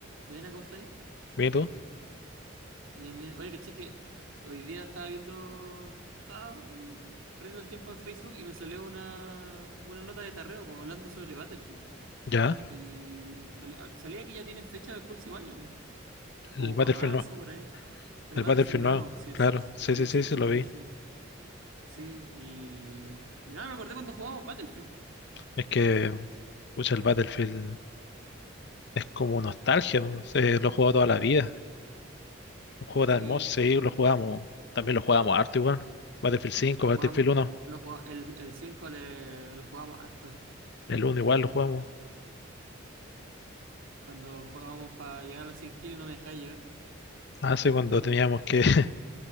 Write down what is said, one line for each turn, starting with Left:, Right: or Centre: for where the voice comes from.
Right: Buena, ¿cómo estáis?
Left: ¿Ve tú?
Right: Bien, bien. Oye, caché que hoy día estaba viendo, estaba ahí perdiendo el tiempo en Facebook y me salió una, una nota de tarreo, po, hablando sobre Battlefield.
Left: Ya,
Right: Y sali- al- salía que ya tiene fecha del próximo año, po, como
Left: el Battlefield
Right: para marzo,
Left: nuevo.
Right: por ahí. El
Left: El
Right: Battlefield
Left: Battlefield
Right: nuevo,
Left: nuevo,
Right: sí,
Left: claro.
Right: sí, sí,
Left: Sí, sí, sí,
Right: sí, sí,
Left: sí, lo
Right: sí, sí.
Left: vi.
Right: Sí, Sí, Sí, y, y nada, me acordé cuando jugábamos Battlefield.
Left: Es que, pucha, el Battlefield es como nostalgia. po. Se- lo he jugado toda la vida. Un juego
Right: Sí,
Left: tan hermoso, sí, lo jugamos. También lo jugamos harto igual. Battlefield cinco
Right: lo
Left: Battlefield
Right: jugábamos,
Left: uno
Right: lo jugá- el, el 5 le, lo jugábamos harto.
Left: El uno igual lo jugamos.
Right: Cuando jugábamos para llegar a las 100 kills no me dejaba llegar.
Left: Hace cuando teníamos que, <laughs>